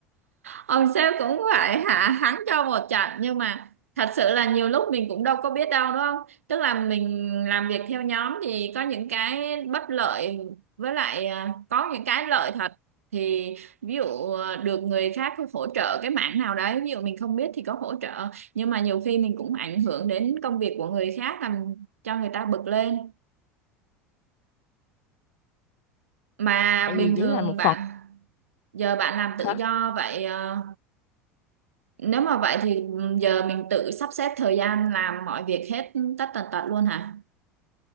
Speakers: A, on the right; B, on the left.
A: ông sếp cũng phải hạ hắn cho một trận nhưng mà thật sự là nhiều lúc mình cũng đâu có biết đâu đúng không tức là mình làm việc theo nhóm thì có những cái bất lợi với lại à, có những cái lợi thật thì ví dụ à, được người khác hỗ trợ cái mảng nào đấy ví dụ mình không biết thì có hỗ trợ nhưng mà nhiều khi mình cũng ảnh hưởng đến công việc của người khác làm cho người ta bực lên Mà
B: tại vì
A: bình thường
B: chỉ là một
A: bạn
B: phần
A: giờ bạn làm tự
B: hả
A: do vậy ờ, nếu mà vậy thì ừ, giờ mình tự sắp xếp thời gian làm mọi việc hết tất tần tật luôn hả?